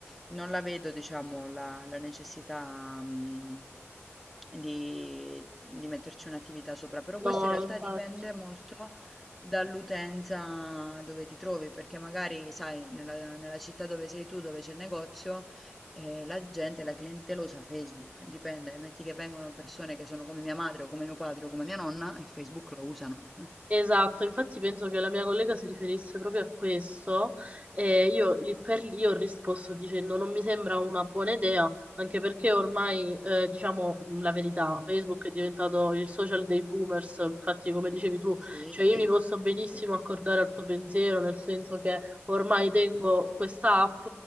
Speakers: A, in the centre; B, on the right.
A: non la vedo diciamo la la necessità, mhmm, di di metterci un'attività sopra, però
B: No,
A: questo in realtà
B: infatti.
A: dipende molto dall'utenza dove ti trovi, perché magari sai nella nella città dove sei tu, dove c'è il negozio, ehm, la gente, la clientela usa Facebook, dipende, metti che vengono persone che sono come mia madre o come mio padre o come mia nonna e Facebook lo usano.
B: Esatto, infatti penso che la mia collega si riferisse proprio a questo e io lì per lì ho risposto dicendo non mi sembra una buona idea, anche perché ormai eh, diciamo mh, la verità, Facebook è diventato il social dei boomers, infatti come dicevi tu,
A: Sì,
B: cioè io mi posso benissimo
A: sì.
B: accordare al tuo pensiero, nel senso che ormai
A: <laughs>
B: tengo questa app,